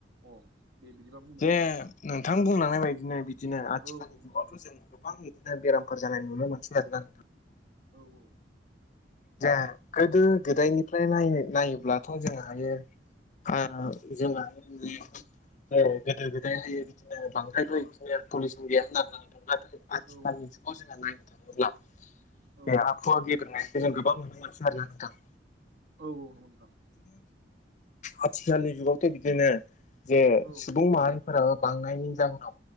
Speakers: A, on the right; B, on the left.
A: अ दे बिदिबा बुंदो
B: जे
A: नोंथां
B: नोंथां बुंलांनायबायदिनो बिदिनो आथिखाल
A: औ औ
B: जुगावथ'
A: नंगौ नंगौ
B: जों गोबां बिदिनो बेराम जानाय नुनो मोनसै आरो ना नोंथां
A: औ औ
B: जे गोदो गोदायनिफ्राय नायोब्लाथ' जों हायो आ जोंहा गोदो गोदायहाय बिदिनो बांद्रायबो बिदिनो पलिसन गैया होननानै नाथाय आथिखालनि
A: औ
B: जुगाव जोंहा नायनो थाङोब्ला
A: औ
B: बे आख' गेब्रेंनाय जे जों गोबां नुनो मोनसै आरोना नोंथां
A: औ औ नंगौ नोंथां
B: आखिलनि जुगावथ बिदिनो जे
A: औ
B: सुबुं माहारि फोराबो बांनायनि जााहोनाव